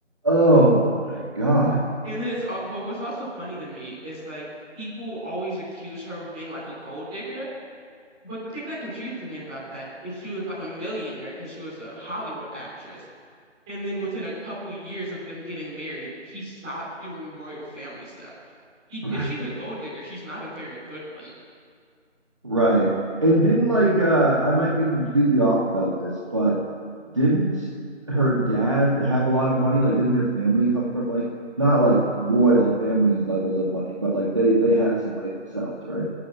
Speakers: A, on the right; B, in the centre.
A: Oh my God.
B: And then it's, al- but what's also funny to me is like people always accuse her of being like a gold digger. But the thing that confuses me about that is she was like a millionaire because she was a Hollywood actress. And then within a couple years of them getting married, he stopped doing royal family stuff. He,
A: <laughs>
B: if she's a gold digger, she's not a very good one.
A: Right. And didn't like uh I might be completely off about this, but didn't her dad have a lot of money? Like didn't their family come from like not like royal families levels of money, but like they they had some money themselves, right?